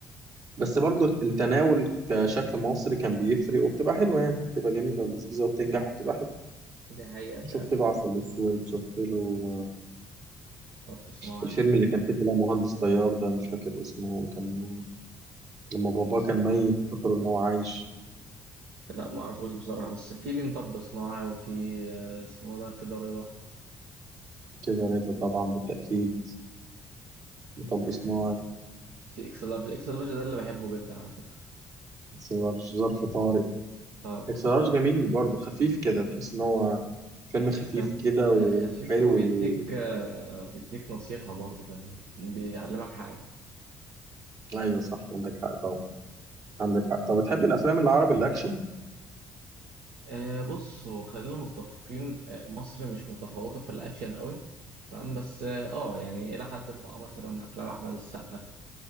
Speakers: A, on the right; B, on the right.
A: بس برضو التناول كشكل مصري كان بيفرق وبتبقى حلوة يعني بتبقى جميلة ولذيذة وبتنجح وبتبقى حلوة
B: دي حقيقة فعلا
A: شفت
B: جدا
A: له عسل أسود شفت له آه،
B: طب صناعي
A: الفيلم اللي كان فيه طلع مهندس طيار ده مش فاكر اسمه كان لما باباه
B: مص-
A: كان ميت فكروا إن هو عايش
B: لا ما اعرفوش بصراحة بس في ليه مطب صناعي وفي آه، اسمه ده كده رضا
A: كده رضا طبعا بالتأكيد مطب
B: آه،
A: صناعي
B: في اكس لارج اكس لارج ده اللي بحبه جدا على فكرة
A: ظرف ظرف طارق
B: اه
A: اكس لارج جميل برضه خفيف كده تحس ان هو فيلم
B: خفيف
A: خفيف
B: فاهم
A: كده
B: آه،
A: وحلو
B: خفيف هو بيديك
A: و...
B: آه، بيديك نصيحة برضه فاهم بيعلمك حاجة
A: ايوه صح عندك حق طبعا عندك حق طب بتحب الافلام العربي الاكشن
B: آه، بص هو خلينا متفقين آه، مصر مش متفوقة في الأكشن قوي تمام بس اه آه، يعني إلى حد ما آه، مثلا أفلام أحمد السقا